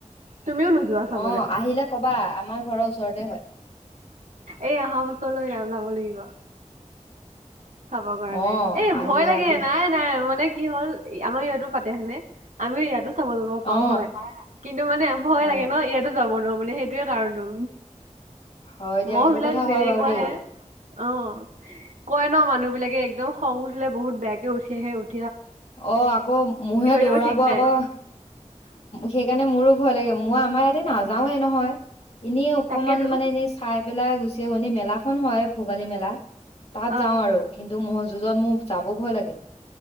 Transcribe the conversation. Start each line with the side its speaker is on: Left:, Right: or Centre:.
Right: তুমিও নোযোৱা চাবলৈ
Left: অ আহিলে কবা আমাৰ ঘৰৰ ওচৰতে হয়
Right: এই অহা বছৰলৈ নাযাব লাগিব চাব কাৰণে
Left: অ
Right: এ
Left: আহিবা
Right: ভয় লাগে
Left: দিয়া
Right: নাই নাই মানে কি হ'ল আমাৰ ইয়াতো পাতে সেনেে আমি ইয়াতো চাব যাব পাওঁ
Left: অ
Right: হয় কিন্তু মানে ভয়
Left: হয়
Right: লাগে ন ইয়াতো যাব নোৱাৰো মানে সেইটোয়ে কাৰণটোো
Left: হয় দিয়া
Right: মহ
Left: সেইটো
Right: বিলাক
Left: কথা
Right: যেনেকুৱ
Left: হয় বাৰু দেই
Right: হে অ কয় ন মানুহ বিিলাকে একদম খং উঠে বহুত বেয়াকে উঠি আহে উঠ
Left: অ আকৌ মহে দৌৰাব
Right: দিব ঠিক
Left: আকৌ
Right: নাই
Left: সেইকাৰণে মোৰো ভয় লাগে মই আমাৰ ইয়াতে নাযাওে নহয় এনেই অকমান
Right: তাকেতো
Left: মানে এনেই চাই পেলাই গ মেলা খন হয় ভোগালী মেলা তাত
Right: অ
Left: যাওঁ আৰু কিন্তু মজু মোৰ যাব ভয় লাগে